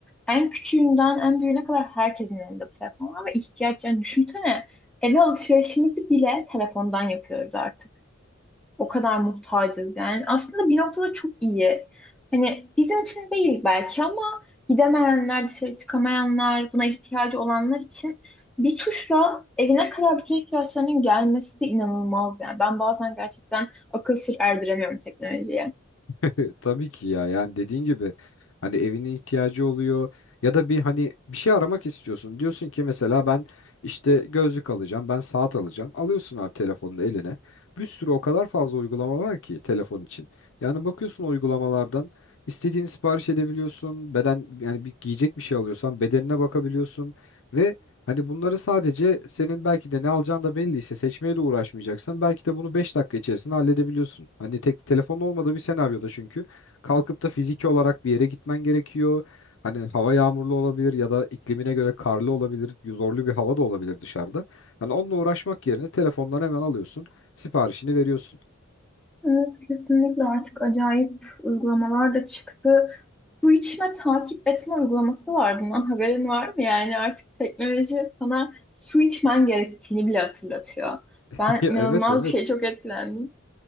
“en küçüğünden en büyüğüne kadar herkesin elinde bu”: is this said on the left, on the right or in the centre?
Centre